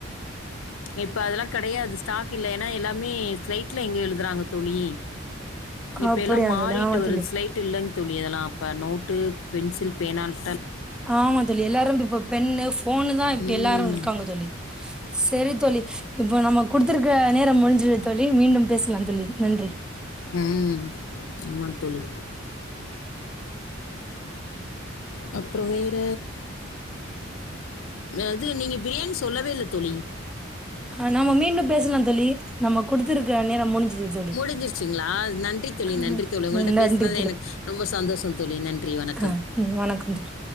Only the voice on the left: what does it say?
இப்ப அதெலா கெடையாது ஸ்டாக் இல்ல ஏனா எல்லாமே ஸ்லைட்ல எங்க எழுதுறாங்க தோழி இப்ப
எல்லா மாறிட்டு
வருது
ஸ்லைட் இல்லங் தோழி அதெலா அப்ப நோட்டு பென்சில் பேனான்
ம்
ம் ஆமாம் தோழி அப்றோ வேற அது நீங்க பிரியாணி சொல்லவே இல்ல தோழி
முடிஞ்சிருச்சுங்ளா நன்றி தோழி
நன்றி தோழி உங்கள்ட்ட
பேசுனதுல எனக் ரொம்ப சந்தோஷ தோழி நன்றி வணக்